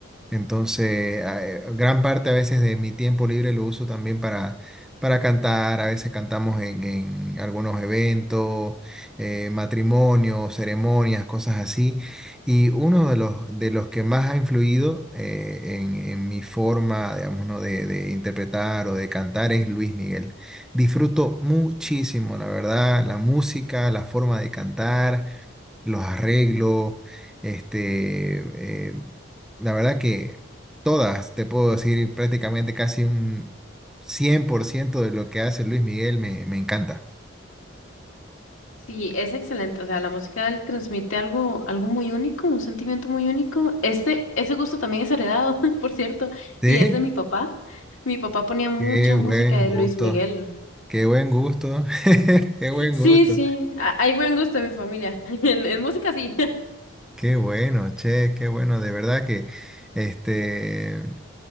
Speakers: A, in the centre; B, on the left.
A: Entonces, a- eh, gran parte a veces de mi tiempo libre lo uso también para, para cantar. A veces cantamos en, en algunos eventos, eh, matrimonios, ceremonias, cosas así. Y uno de los, de los que más ha influido eh, en, en mi forma, digamos, ¿no? de, de interpretar o de cantar es Luis Miguel. Disfruto muchísimo, la verdad, la música, la forma de cantar, los arreglos, este... eh, la verdad que todas, te puedo decir prácticamente casi un 100% de lo que hace Luis Miguel me, me encanta.
B: Sí, es excelente. O sea, la música de él transmite algo, algo muy único, un sentimiento muy único. Este, ese gusto también es heredado, <laughs> por cierto,
A: <laughs> ¿Sí?
B: y es de mi papá. Mi papá ponía mucha
A: Qué buen
B: música de
A: gusto,
B: Luis Miguel.
A: qué buen gusto, <laughs> qué buen
B: Sí,
A: gusto.
B: sí, a- hay buen gusto en mi familia. <laughs> En, en música, sí.
A: Qué bueno, che, qué bueno. De verdad que este